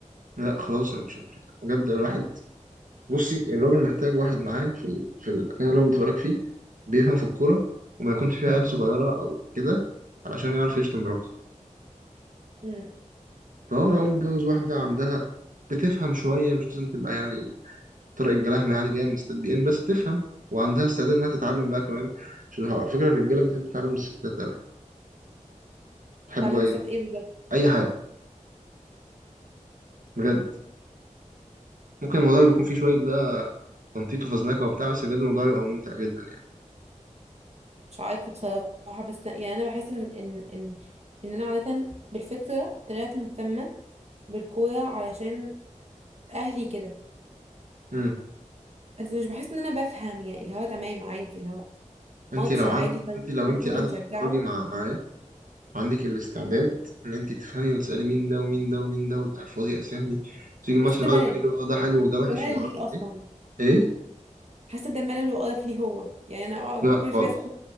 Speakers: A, on the right; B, on the right.
A: لا خلاص انا مش مش- بجد الواحد بصي الراجل محتاج واحد معاه في ال- في المكان اللي هو بيتفرج فيه بيفهم في الكورة وما يكونش فيه عيال صغيرة أو كده علشان يعرف يشتم براحته
B: مم.
A: فهو لو متجوز واحدة عندها بتفهم شوية مش لازم تبقى يعني طارق الجلاهمة يعني جاية من ستات بي إن بس بتفهم وعندها استعداد إنها تتعلم بقى كمان عشان على فكرة الرجالة بتحب تتعلم من الستات أوي بيحبوا
B: تعلم
A: أي
B: الستات إيه بالظبط
A: أي حاجة بجد ممكن الموضوع يكون فيه شوية بقى تنطيط وفزلكة وبتاع بس بجد الموضوع يبقى ممتع جدا يعني
B: مش عارفة بصراحة بس يعني أنا بحس إن إن إن إن أنا عادة بالفطرة طلعت مهتمة بالكورة علشان أهلي كده
A: مم.
B: بس مش بحس إن أنا بفهم يعني اللي هو تمام عادي اللي هو ماتش
A: انت لو
B: عادي
A: عند
B: طيب
A: انت لو
B: بنحبه
A: انت قاعده
B: بنشجعه
A: تتفرجي مع مع عندك الاستعداد ان انت تفهمي وتسالي مين ده ومين ده ومين ده وتحفظي اسامي وتيجي الماتش
B: حاسة
A: اللي
B: ده ملل
A: بعده تقولي له اه ده حلو وده وحش
B: ده ملل
A: وما اعرفش
B: ليه أصلا
A: ايه ايه
B: حاسة ده ملل وقرف ليه هو يعني أنا أقعد
A: لا
B: بقى كل
A: خالص
B: شوية أسأل